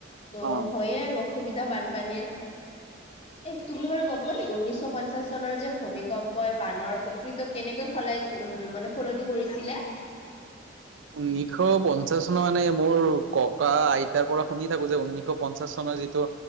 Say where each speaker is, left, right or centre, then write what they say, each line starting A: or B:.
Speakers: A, on the left; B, on the right.
A: ত'
B: অ
A: হয়ে আৰু, সুবিধা বানপানীৰ এ তুমি বাৰু গম পোৱা নেকি? উনৈশ পঞ্চাশ চনৰ যে ভূমিকম্পই বানৰ প্ কৃত কেনেকৈ সলাই উ মানে সলনি কৰিছিলে?
B: উনৈশ পঞ্চাশ চনৰ মানে মোৰ ককা আইতাৰ পৰা শুনি থাকো যে উনৈশ পঞ্চাশ চনত ৰ যিটো।